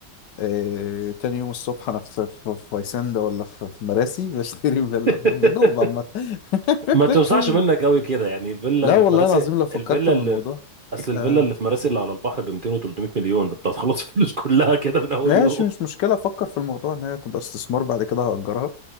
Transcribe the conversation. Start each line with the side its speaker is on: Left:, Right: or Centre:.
Left: آه، تاني يوم الصبح انا في في في فيسندا ولا في في مراسي <laughs> بشتري فيلا
Right: <laughs>
Left: فاهم يا دوب عامة <laughs>
Right: ما توسعش منك قوي كده يعني الفيلا
Left: لا
Right: اللي
Left: والله
Right: في مراسي
Left: العظيم لو فكرت
Right: الفيلا
Left: بالموضوع
Right: اللي اصل الفيلا
Left: آه
Right: اللي في مراسي اللي على البحر ب 200 و300 مليون انت هتخلص <laughs> الفلوس كلها كده من اول
Left: ماشي
Right: يوم
Left: مش مشكلة أفكر في الموضوع إن هي تبقى استثمار بعد كده هأجرها